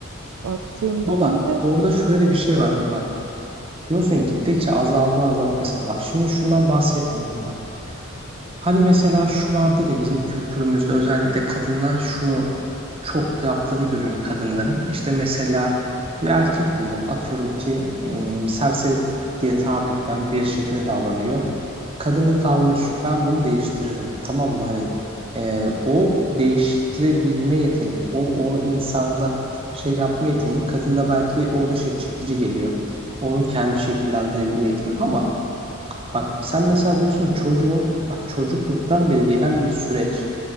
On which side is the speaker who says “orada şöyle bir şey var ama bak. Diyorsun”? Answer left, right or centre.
Right